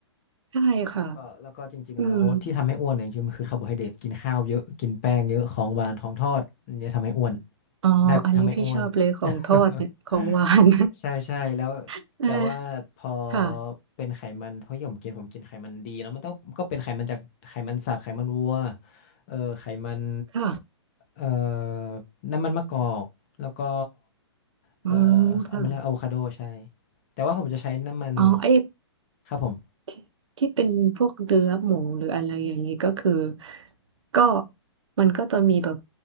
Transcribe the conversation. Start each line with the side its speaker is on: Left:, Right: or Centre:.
Right: ใช่ค่ะ
Left: แล้วก็แล้วก็จริงๆแล้วที่ทำให้อ้วนเนี่ยจริงๆมันคือคาร์โบไฮเดรตกินข้าวเยอะกินแป้งเยอะของหวานของทอดเนี่ยทำให้อ้วน
Right: อืม อ๋ออันนี้พี่ชอบเลยของทอดเนี่ยของหวาน
Left: แบบทำให้อ้วน <laughs> ใช่ใช่แล้ว
Right: <laughs> เออ
Left: แต่ว่าพอ
Right: ค่ะ
Left: เป็นไขมันเพราะอย่างผมกินผมกินไขมันดีเนอะมันต้องก็เป็นไขมันจากไขมันสัตว์ไขมันวัวเออไขมัน
Right: ค่ะ
Left: เอ่อน้ำมันมะกอกแล้วก็เอ่อ
Right: อืมค่ะ
Left: มันเรียกอะโวคาโดใช่แต่ว่าผมจะใช้น้ำมัน
Right: อ๋อไอ้
Left: ครับผม
Right: ที่ที่เป็นพวกเนื้อหมูหรืออะไรอย่างนี้ก็คือก็มันก็จะมีแบบ